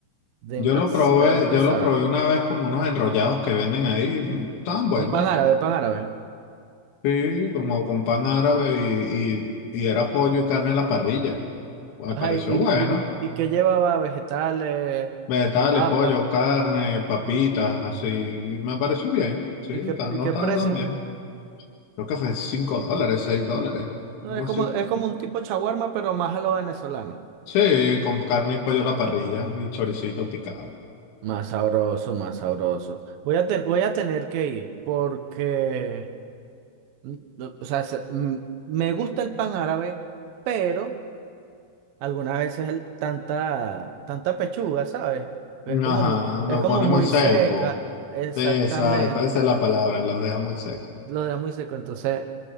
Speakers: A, on the right; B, on the left.
A: demasiado
B: Yo lo probé,
A: pesada.
B: yo lo probé una vez como unos enrollados que venden ahí, mm, estaban buenos,
A: Un pan árabe, pan árabe.
B: sí, como con pan árabe y, y, y era pollo y carne a la parrilla. Me
A: Ajá,
B: pareció
A: y, y,
B: bueno.
A: y, y que llevaba vegetales,
B: vegetales,
A: papas,
B: pollo, carne, papitas, así. Y me pareció bien, sí,
A: ¿y
B: está-
A: qué, y
B: no
A: qué
B: estaba
A: precio?
B: tan bien. Creo que fue 5 dólares, 6 dólares,
A: No,
B: algo
A: es
B: así.
A: como, es como un tipo chaguarma, pero más a lo venezolano.
B: Sí, con carne y pollo a la parrilla y choricito picado.
A: Más sabroso, más sabroso. Voy a, ten- voy a tener que ir porque... Mm, no, O sea, se- mm, me gusta el pan árabe, pero algunas veces el- tanta, tanta pechuga, ¿sabes? Es como,
B: Ajá,
A: mu-
B: lo
A: es como
B: pone
A: muy
B: muy seco.
A: seca, exactamente.
B: Sí, exacto, esa es la palabra, los deja muy seco.
A: Lo deja muy seco. Entonces,